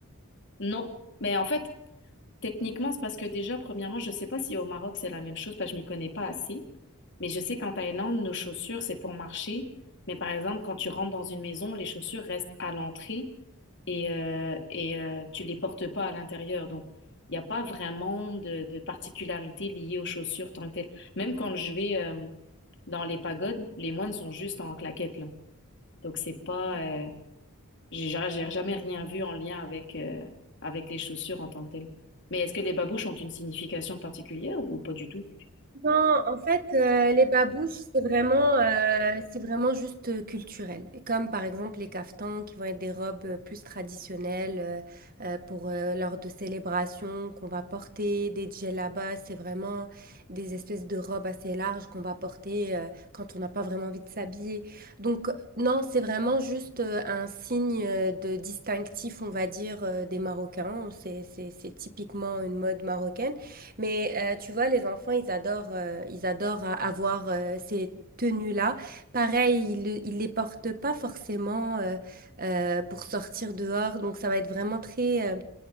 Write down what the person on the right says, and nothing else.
Non, en fait, euh, les babouches, c'est vraiment, euh, c'est vraiment juste euh, culturel. Et Comme par exemple les caftans, qui vont être des robes euh, plus traditionnelles euh, euh, pour euh, lors de célébrations qu'on va porter, des djellabas, c'est vraiment des espèces de robes assez larges qu'on va porter euh, quand on n'a pas vraiment envie de s'habiller. Donc non, c'est vraiment juste euh, un signe euh, de distinctif, on va dire, euh, des Marocains. C'est c'est- c'est typiquement une mode marocaine. Mais euh, tu vois, les enfants, ils adorent, euh, ils adorent a- avoir euh, ces tenues-là. Pareil, ils, le- ils les portent pas forcément euh, euh, pour sortir dehors. Donc, ça va être vraiment très, euh,